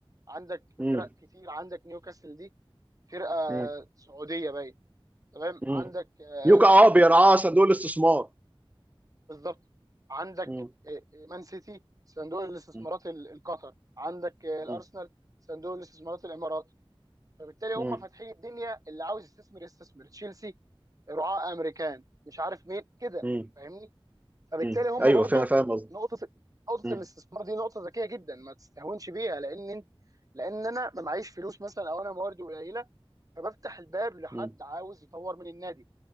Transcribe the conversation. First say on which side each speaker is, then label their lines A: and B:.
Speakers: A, on the right (about 40°); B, on the right (about 15°).
A: عندك
B: مم.
A: فرق كتير عندك نيوكاسل دي فرقه
B: مم.
A: سعوديه باين تمام
B: مم.
A: عندك آه،
B: نيوكا اه
A: آه،
B: بيرعاه
A: آه،
B: صندوق الاستثمار
A: بالظبط عندك
B: مم.
A: آه، آه، مان سيتي صندوق الاستثمارات
B: مم.
A: ال- القطر عندك آه،
B: مم.
A: الارسنال صندوق الاستثمارات الامارات فبالتالي هم
B: مم.
A: فاتحين الدنيا اللي عاوز يستثمر يستثمر تشيلسي رعاة امريكان مش عارف مين كده
B: مم.
A: فاهمني فبالتالي
B: مم.
A: هم
B: ايوه
A: برضو
B: فاهم فاهم قصدي
A: نقطة نقطة
B: مم.
A: الاستثمار دي نقطة ذكية جدا ما تستهونش بيها لان إنت- لان انا ما معيش فلوس مثلا او انا مواردي قليلة فبفتح الباب لحد
B: مم.
A: عاوز يطور من النادي